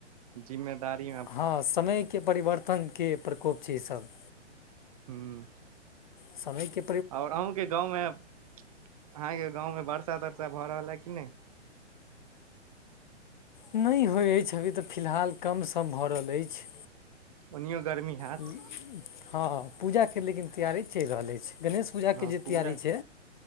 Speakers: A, on the right (about 30°); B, on the left (about 40°).
A: जिम्मेदारीयाँ।
B: हँ समय के परिवर्तन के प्रकोप छै ई सभ।
A: हूँ।
B: समय के।
A: और अहूँके गाँवमे, अहाँके गाँवमे वर्षा तरसा भऽ रहल ऐ कि नहि?
B: नहि होइ अछि, अभी तऽ फिलहाल कम- सम भऽ रहल अछि।
A: ओनियो गर्मी हैत
B: हँ, पूजाके लेकिन तैयारी चैल रहल अछि, गणेश पूजाके
A: हँ
B: जे
A: पूजा
B: तैयारी छै,